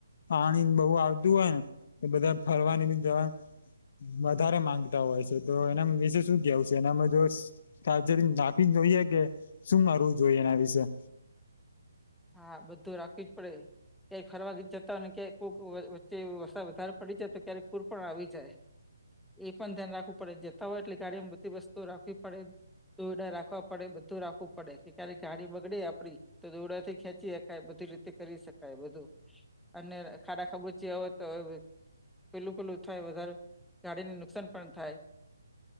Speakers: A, on the left; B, in the centre.
A: પાણી બહુ આવતું હોય ને, એ બધા ફરવાની બી જવા. વધારે માંગતા હોય છે, તો એના વિશે શું કેવું છે? એનામાં જો ચાર્જર નાખી જોઈએ કે શું મારવું જોઈએ એના વિશે
B: હા બધું રાખવી જ પડે ક્યા ફરવા જતા હોયને ક્યા કોઈક વચ્ચે વરસાદ વધારે પડી જાય તો ક્યારેક પૂર પણ આવી જાય એ પણ ધ્યાન રાખવું પડે જતા હોય એટલે ગાડીમાં બધી વસ્તુઓ રાખવી પડે દોરડા રાખવા પડે બધું રાખવું પડે કે ક્યારેક ગાડી બગડે આપડી તો દોરડાથી ખેંચી હકાય બધી રીતે કરી શકાય બધું અને ખાડા ખાબોચિયા હોય તો પેલું પેલું થાય વધારે ગાડીને નુકસાન પણ થાય